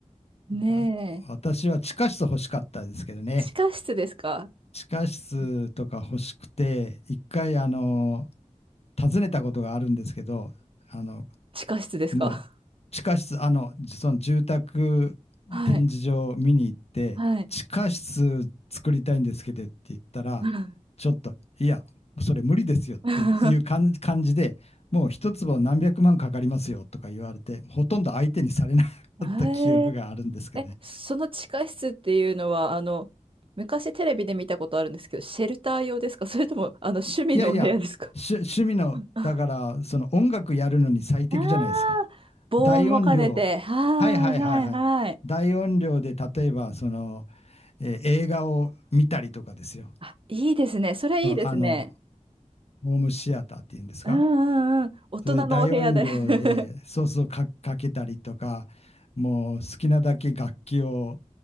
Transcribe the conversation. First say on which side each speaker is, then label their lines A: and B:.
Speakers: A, on the right; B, on the left.
A: ねえ。
B: あ私は地下室欲しかったですけどね。
A: 地下室ですか
B: 地下室とか欲しくて、
A: うん
B: 一回、あの、訪ねたことがあるんですけど、あの、
A: 地下室ですか
B: もう地下室、あの、その住宅展示場を見に行って、
A: <laughs> はい。はい。
B: 地下室作りたいんですけどって言ったら、
A: <laughs>
B: ちょっと、いや、それ無理ですよっていう感感じで、
A: <laughs>
B: もう一坪何百万かかりますよとか言われて、ほとんど相手にされなかった記憶があるんですけどね。
A: ええ、その地下室っていうのは、あの、昔テレビで見たことあるんですけど、シェルター用ですか <laughs> それとも、あの、趣味のお部屋ですか
B: いいやいや、趣趣味の、
A: あ
B: だから、その音楽やるのに最適じゃないですか。
A: <laughs> あー、防音も兼ねて。
B: 大音量、
A: はいはいはい。
B: はいはいはいはい。大音量で、例えば、その、えー映画を見たりとかですよ。
A: あ、いいですね。それいいですね。
B: あの、ホームシアターっていうんですか。
A: うんうんうん。大人のお部屋で。
B: それで大音量でソースをかかけたりとか、
A: <laughs>
B: もう好きなだけ楽器を